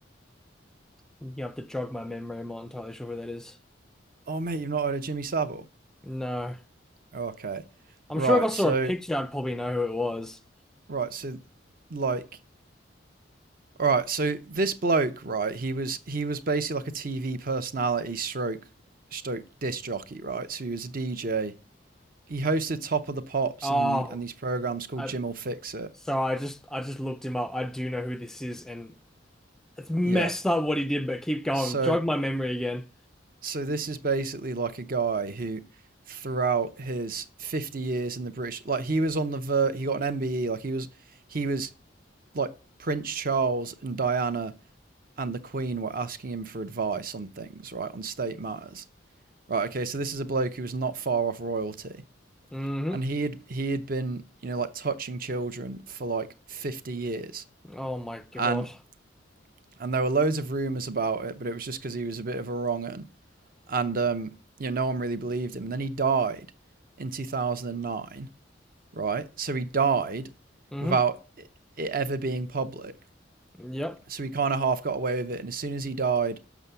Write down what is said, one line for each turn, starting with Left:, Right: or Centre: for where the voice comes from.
Centre: You have to jog my memory. I'm not entirely sure where that is.
Right: Oh, mate, you've not heard of Jimmy Savile?
Centre: No.
Right: Okay,
Centre: I'm
Right: right.
Centre: sure if I saw
Right: So
Centre: a picture, I'd probably know who it was.
Right: right, so like All right, so this bloke, right? He was he was basically like a TV personality, stroke, stroke disc jockey, right? So he was a DJ. He hosted Top of the Pops
Centre: Oh,
Right: and the, and these programs called
Centre: I
Right: Jim'll Fix It.
Centre: so I just I just looked him up. I do know who this is, and it's messed
Right: Yeah.
Centre: up what he did. But keep going,
Right: So
Centre: jog my memory again.
Right: so this is basically like a guy who, throughout his fifty years in the British, like he was on the ver, he got an MBE, like he was he was like Prince Charles and Diana and the Queen were asking him for advice on things, right, on state matters Right. Okay. So this is a bloke who was not far off royalty,
Centre: hmm
Right: and he had he had been you know like touching children for like fifty years,
Centre: Oh my God.
Right: and and there were loads of rumors about it, but it was just because he was a bit of a wrong un, and um you know no one really believed him. And then he died in two thousand and nine. Right. So he died
Centre: hmm
Right: without it ever being public.
Centre: Yep.
Right: So he kind of half got away with it, and as soon as he died,